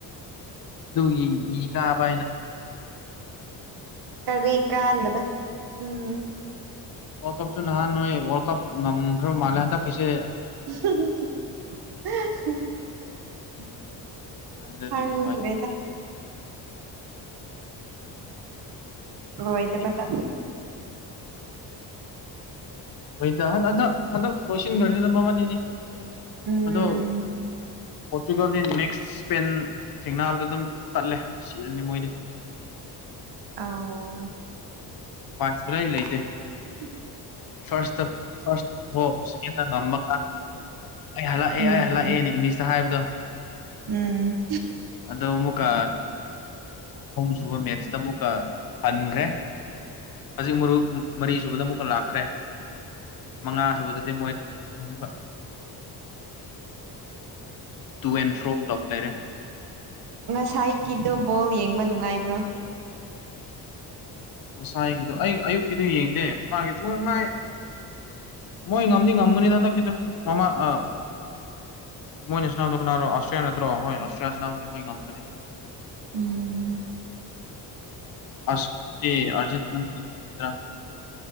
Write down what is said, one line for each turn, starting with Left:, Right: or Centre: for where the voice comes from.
Left: ꯑꯗꯨꯒꯤ ꯏ ꯀꯥꯕ ꯑꯩꯅ
Right: ꯀꯔꯤ ꯀꯥꯟꯗꯕ ꯎꯝ꯫
Left: ꯋꯥꯔꯜ ꯀꯞꯁꯨ ꯅꯍꯥꯟ ꯅꯣꯏ ꯋꯥꯔꯜ ꯀꯞ ꯉꯝꯈ꯭ꯔ ꯃꯥꯜꯂꯦ ꯍꯟꯗ ꯀꯤꯁꯦ
Right: <unintelligible>
Left: ꯑꯗꯨꯗꯒꯤ
Right: ꯍ꯭ꯔꯦꯗ ꯑꫭꯏꯗꯕ
Left: ꯃꯣꯏꯁ
Right: ꯗ
Left: ꯍꯣꯏꯗ ꯍꯟ ꯍꯟꯗꯛ ꯍꯟꯗꯛ ꯂꯣꯏꯁꯤꯟꯈ꯭ꯔꯅꯤꯗ ꯃꯕꯥꯅꯤꯗꯤ
Right: ꯎꯝ
Left: ꯑꯗꯣ ꯄꯣꯔꯇꯨꯒꯜꯗꯤ ꯅꯦꯛꯁ ꯏꯁꯄꯦꯟ ꯊꯦꯡꯅꯕꯗ ꯑꯗꯨꯝ ꯇꯠꯂꯦ ꯁꯤꯔꯅꯤ ꯃꯣꯏꯗꯤ
Right: ꯑꯧ
Left: ꯄꯥꯔꯠꯁ ꯀꯨꯂꯩ ꯂꯩ
Right: ꯄꯥꯔꯁ ꯀꯨꯂꯩ ꯂꯩ
Left: ꯐꯥꯔꯁꯇ ꯐꯥꯔꯁ ꯕꫭꯕ ꯁꯦꯀꯦꯟꯗꯅ ꯃꯪꯉꯥ ꯑꯩ ꯍꯜꯂꯛꯑꯦ
Right: ꯎꯝ
Left: ꯑꯩ ꯍꯜꯂꯛꯑꯦꯅ ꯏꯪꯂꯤꯁꯇ ꯍꯥꯏꯕꯗꯣ
Right: ꯎꯝ
Left: ꯑꯗꯣ ꯎꯃꯨꯀꯥ ꯁꯨꯕ ꯃꯦꯠꯁ ꯇ ꯃꯨꯠꯀ ꯍꯟꯒ꯭ꯔꯦ ꯍꯧꯖꯤꯛ ꯃꯔꯨ ꯃꯔꯤ ꯁꯨꯕꯗ ꯑꯃꯨꯛꯀ ꯂꯥꯛꯈ꯭ꯔꯦ ꯃꯉꯥ ꯁꯨꯕꯗꯗꯤ ꯃꯣꯏ ꯑꯃꯨꯛꯀ ꯇꯨ ꯑꯦꯟ ꯐ꯭ꯔꯣ ꯇꯧ ꯂꯩꯔꯦ
Right: ꯉꯁꯥꯏꯒꯤꯗꯨꯣ ꯕꯣꯜ ꯌꯦꯡꯕ ꯅꯨꯡꯉꯥꯏꯕ꯭ꯔꯣ
Left: ꯉꯁꯥꯏꯒꯤꯗꯣ ꯑꯩ ꯑꯌꯨꯛꯀꯤꯗꯨ ꯌꯦꯡꯗꯦ ꯃꯥꯒꯤ ꯃꫭꯏ ꯃꯥꯏ ꯃꯣꯏ ꯉꯝꯗꯤ ꯉꯝꯒꯅꯤꯗ ꯍꯟꯗꯛꯀꯤꯗꯨ ꯃꯃꯥ ꯑ ꯃꯣꯏꯅ ꯁꯅꯥꯕꯗꯨ ꯀꯅꯥꯔꫭ ꯑꯁꯇ꯭ꯔꯤꯌꯥ ꯅꯠꯇ꯭ꯔꯣ ꯍꫭꯏ ꯑꯁꯇ꯭ꯔꯤꯌꯥ ꯁꯅꯥꯕꯗꯤ ꯃꯣꯏ ꯉꯝꯒꯅꯤꯗ
Right: ꯎꯝ
Left: ꯑꯁ ꯇꯦ ꯑꯔꯖꯦꯟꯇꯤꯅꯥ <unintelligible>